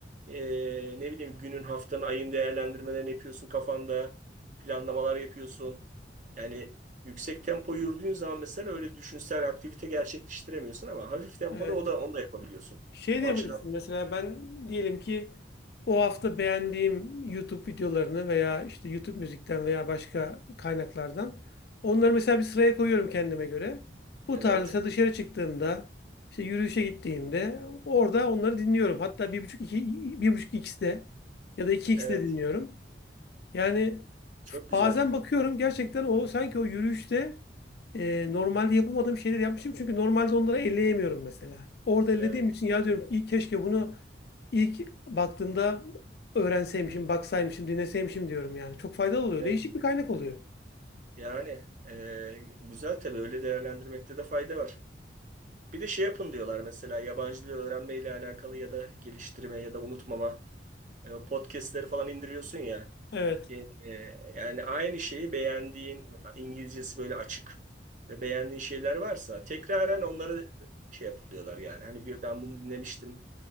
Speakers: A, on the right; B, on the left.
A: eee, ne bileyim günün, haftanın, ayın değerlendirmelerini yapıyorsun kafanda, planlamalar yapıyorsun. Yani yüksek tempo yürüdüğün zaman mesela öyle düşünsel aktivite gerçekleştiremiyorsun ama hafif tempoda
B: evet.
A: o da onu da yapabiliyorsun.
B: Şey
A: O
B: diyebilirsin
A: açıdan
B: mesela ben diyelim ki o hafta beğendiğim YouTube videolarını veya işte YouTube müzikten veya başka kaynaklardan onları mesela bir sıraya koyuyorum kendime göre. Bu
A: evet,
B: tarz mesela dışarı çıktığımda işte yürüyüşe gittiğimde orada onları dinliyorum. Hatta 1.5 2 1.5 x'de ya da 2x'de
A: evet,
B: dinliyorum. Yani
A: çok güzel.
B: bazen bakıyorum gerçekten o sanki o yürüyüşte e, normalde yapamadığım şeyleri yapmışım. Çünkü normalde onları elleyemiyorum mesela. Orada ellediğim
A: Evet,
B: için ya diyorum ki iyi keşke bunu ilk baktığımda öğrenseymişim, baksaymışım, dinleseymişim diyorum yani. Çok faydalı oluyor.
A: evet.
B: Değişik bir kaynak oluyor.
A: Yani eee, güzel tabii öyle değerlendirmekte de fayda var. Bir de şey yapın diyorlar mesela yabancı dil öğrenmeyle alakalı ya da geliştirme ya da unutmama e, podcastleri falan indiriyorsun ya.
B: Evet,
A: E, e, yani aynı şeyi beğendiğin İngilizcesi böyle açık ve beğendiğin şeyler varsa tekraren onları şey yapın diyorlar yani. Hani bir, ben bunu dinlemiştim